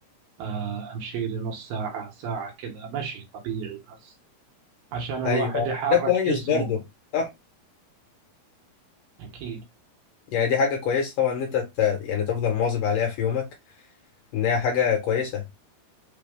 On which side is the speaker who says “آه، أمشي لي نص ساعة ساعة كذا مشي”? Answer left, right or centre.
Right